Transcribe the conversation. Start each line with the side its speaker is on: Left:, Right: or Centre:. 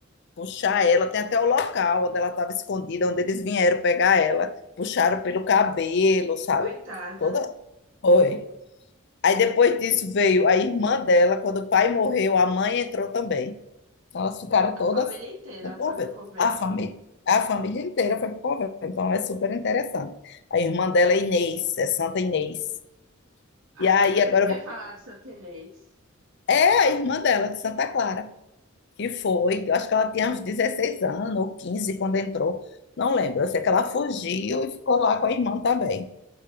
Left: puxar ela, tem até o local onde ela estava escondida, onde eles vieram pegar ela, puxaram pelo cabelo, sabe?
Right: coitada.
Left: Toda. Foi. Aí depois disso veio a irmã dela, quando o pai morreu, a mãe entrou também. Então elas ficaram
Right: A
Left: todas
Right: família inteira
Left: no convento.
Right: foi pro convento.
Left: A família, a família inteira foi para o convento, então é super interessante. A irmã dela é Inês, é Santa Inês.
Right: Acho
Left: E aí
Right: que eu já escutei
Left: agora eu vou.
Right: falar de Santa Inês.
Left: É a irmã dela, Santa Clara. que foi, eu acho que ela tinha uns 16 anos ou 15 quando entrou, não lembro. Eu sei que ela fugiu e ficou lá com a irmã também.